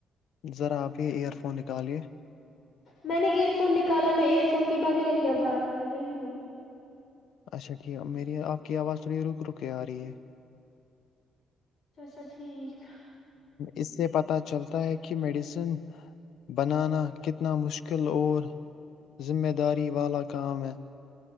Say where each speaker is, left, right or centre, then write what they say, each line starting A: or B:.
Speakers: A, on the left; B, on the left.
A: ذرا آپ ہی ایئر فون نکالے
B: میں نے ائر فون نکالا میں ار فون کے بغیر ہی بات کرہی ہوں
A: اچھا ٹھیک ہے میری آپ کی آواز تھوڑی رک رک آ رہی ہے
B: اچھا اچھا ٹھیک
A: اسے پتہ چلتا ہے کہ میڈیسن بنانا کتنا مشکل اور ذمہ داری والا کام ہے